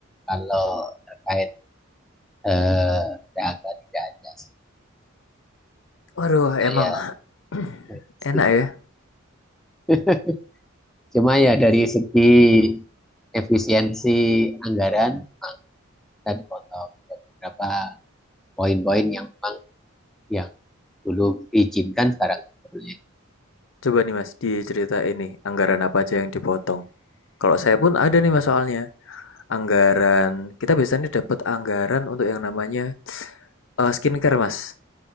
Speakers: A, in the centre; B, on the left.
A: kalau terkait eh, PHK tidak ada.
B: waduh
A: Nah
B: emang
A: ya,
B: <clears throat>
A: ya,
B: enak
A: gitu.
B: ya
A: <laughs> Cuma ya dari segi efisiensi anggaran kita dipotong ada beberapa poin-poin yang memang yang dulu diizinkan sekarang boleh.
B: coba nih mas di cerita ini anggaran apa aja yang dipotong kalau saya pun ada nih mas soalnya anggaran kita biasanya dapat anggaran untuk yang namanya eh, skincare mas